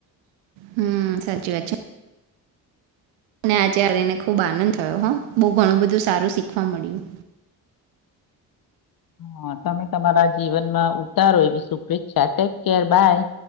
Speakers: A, on the right; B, on the left.
A: હમ્મ, સાચી વાત છે અને આ જ્યારે એને ખૂબ આનંદ થયો હં. બહુ ઘણું બધું સારું શીખવા મળ્યું.
B: હ તમે તમારા જીવનમાં ઉતારો એવી શુભેચ્છા ટેક કેર બાય.